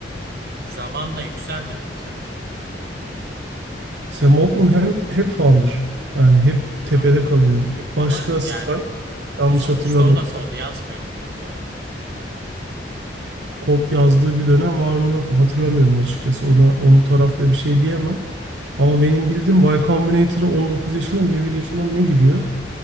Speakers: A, on the right (about 60°); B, on the right (about 80°).
A: zamanla yükselmedi mi sence?
B: Sam Altman hem hep founder yani hep tepede
A: Ha.
B: kalıyor. İlk başta
A: Ama
B: Stripe
A: yani
B: yanlış
A: sonuçta
B: hatırlamıyorsam
A: o da kod yazmıyor muydu bir ara?
B: kod yazdığı bir dönem var mı yok mu hatırlamıyorum açıkçası.
A: Evet.
B: Ona onu tarafta bir şey diyemem. Ama benim bildiğim Y Combinator'a 19 yaşında
A: Evet.
B: mı 21 yaşında mı ne giriyor.
A: Evet.